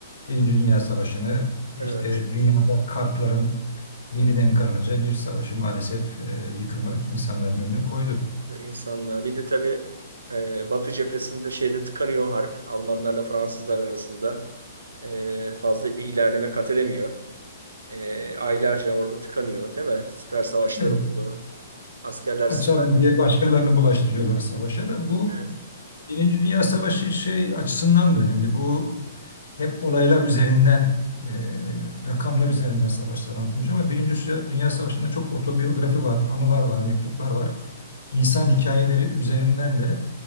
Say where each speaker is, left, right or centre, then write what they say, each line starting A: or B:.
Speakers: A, on the left; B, on the right.
A: Birinci Dünya Savaşı'nı işte
B: Evet,
A: dünyada kartların yeniden karılacağı bir savaşı maalesef e, yıkımı insanların önüne koydu.
B: insanlığa. Bir de tabii e, Batı cephesinde şeyde tıkanıyor harp. Almanlarla Fransızlar arasında E, fazla bir ilerleme kat edemiyor. E, aylarca orada tıkanıyor, değil mi? Siper savaşları
A: Evet,
B: oluyor. Askerler
A: açalım
B: siper.
A: diye başkalarını bulaştırıyorlar savaşa da bu
B: Evet,
A: Birinci Dünya Savaşı şey açısından da önemli. Bu hep olaylar üzerinden, e, rakamlar üzerinden savaşlar anlatılmış ama Birinci Sü- Dünya Savaşı'nda çok otobiyografi var, anılar var, mektuplar var. İnsan hikayeleri üzerinden de